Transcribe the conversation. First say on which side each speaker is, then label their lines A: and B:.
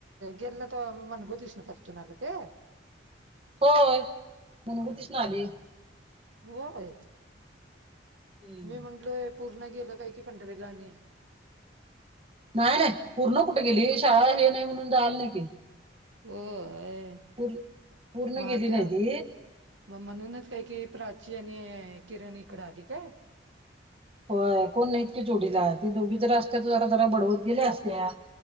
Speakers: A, on the right; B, on the right.
A: गेल्लत मण गोतीसन परथणार हो ते
B: होय मनमूतीच ना आली.
A: होय
B: हम्म
A: मी म्हंटलय पूर्ण गेल काय कि पंढरीला आणि
B: नाही नाही पूर्ण कुठे गेली शाळा हे नाही म्हणून जाल नाही की
A: होय.
B: पूर् पूर्ण
A: मग
B: घेली
A: त्या
B: नाही ती
A: मग म्हणूनच काय की प्राची आणि किरण इकड आधी काय?
B: हो कोण नाहीतकीे जोडीला ती दोघी जरा असते त जरा जरा बडवत गेल्या असत्या.